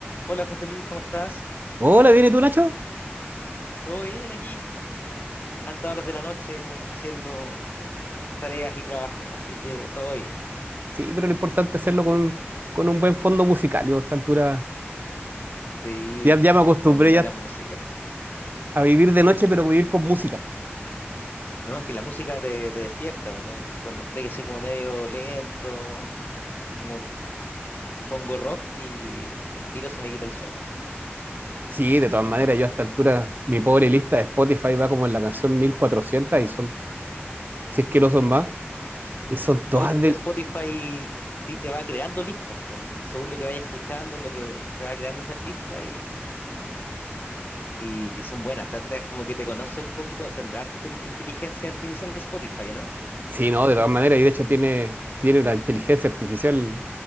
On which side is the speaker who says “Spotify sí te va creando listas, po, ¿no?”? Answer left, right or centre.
Left